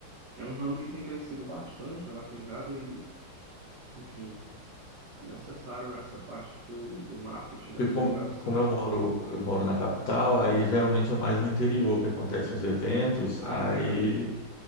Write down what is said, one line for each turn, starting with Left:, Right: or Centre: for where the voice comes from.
Right: é um ramo que tem crescido bastante, a vaquejada, e, enfim. É necessário nessa parte do, do marketing,
Left: porque
Right: da divulgação.
Left: como, como eu moro, eu moro na capital, aí geralmente é mais no interior que acontecem os eventos,
Right: Ah,
Left: aí,
Right: é verdade.